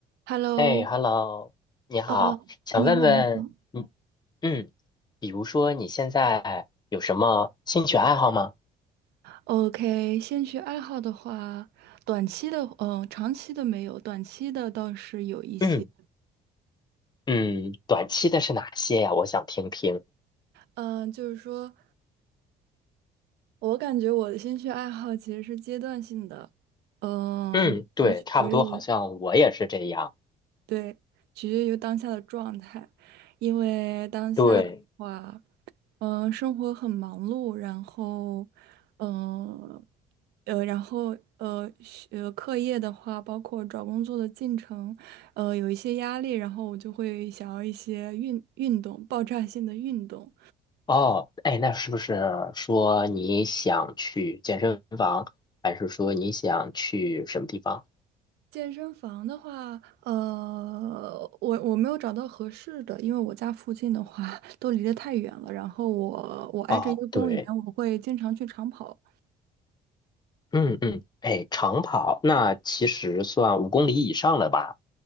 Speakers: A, on the right; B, on the left.
A: Hello，
B: 哎，Hello，你好，
A: 呃，
B: 想问问嗯
A: 你好，你好。
B: 嗯，比如说你现在有什么兴趣爱好吗？
A: OK，兴趣爱好的话，短期的，呃，长期的没有，短期的倒是有一些。
B: 嗯嗯，短期的是哪些呀？我想听听。
A: 嗯、就是说我感觉我的兴趣爱好其实是阶段性的，嗯、
B: 嗯，对，
A: 就取决于我，
B: 差不多，好像我也是这样。
A: 对，取决于当下的状态，因为当下。
B: 对，
A: 的话。呃，生活很忙碌，然后，呃，呃，然后呃，学呃，课业的话，包括找工作的进程，呃，有一些压力，然后我就会想要一些运运动，爆炸性的运动。
B: 哦，哎，那是不是说你想去健身房，还是说你想去什么地方？
A: 健身房的话，呃，我我没有找到合适的，因为我家附近的话都离得太远了，然后我我挨着一个公园，
B: 哦，对，
A: 我会经常去长跑，
B: 嗯嗯，哎，长跑，那其实算五公里以上了吧？